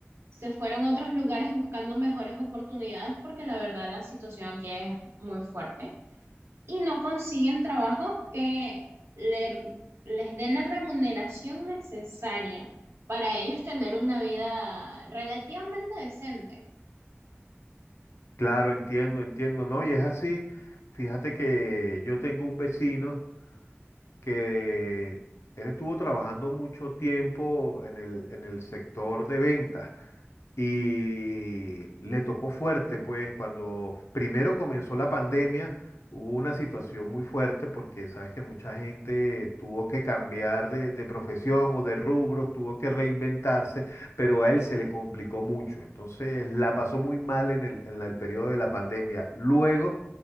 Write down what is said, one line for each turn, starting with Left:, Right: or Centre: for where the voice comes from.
Right: se fueron a otros lugares buscando mejores oportunidades porque la verdad la situación aquí es muy fuerte y no consiguen trabajos que le- les den la remuneración necesaria para ellos tener una vida relativamente decente.
Left: Claro, entiendo, entiendo, ¿no? Y es así. Fíjate que yo tengo un vecino. que él estuvo trabajando mucho tiempo en el, en el sector de ventas y le tocó fuerte, pues cuando primero comenzó la pandemia, hubo una situación muy fuerte porque sabes que mucha gente tuvo que cambiar de, de profesión o de rubros, tuvo que reinventarse, pero a él se le complicó mucho. Entonces la pasó muy mal en el, en la- el periodo de la pandemia. Luego